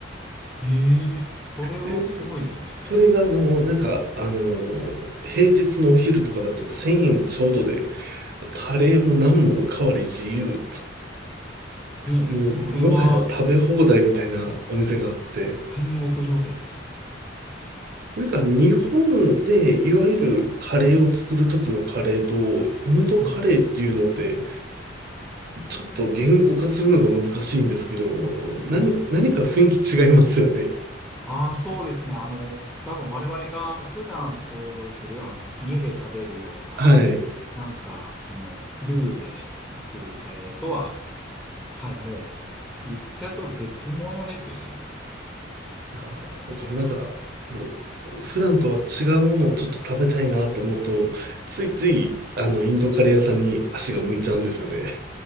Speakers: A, in the centre; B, on the right (about 55°).
A: へえ、それはすごいですね。
B: で、それがあの、なんか、あの、平日のお昼とかだと1000円ちょうどで、カレーもナンもおかわり自由もう、
A: もう、それは、
B: もはや食べ放題みたいなお店があって、
A: 天国状態ですね。
B: なんか日本でいわゆるカレーを作る時のカレーと、インドカレーっていうのって、
A: はい。
B: ちょっと言語化するのが難しいんですけど、何、
A: はい。
B: 何か雰囲気違いますよね。
A: ああ、そうですね。あの、多分我々が普段想像する、あの、家で食べるような、
B: はい。い
A: なんか、あの、ルーで作るカレーとは、はい、もう、言っちゃうと別物ですよね。
B: やー、だからなんか、もう普段とは違うものをちょっと食べたいなと思うと、ついつい、あの、インドカレー屋さんに足が向いちゃうんですよね。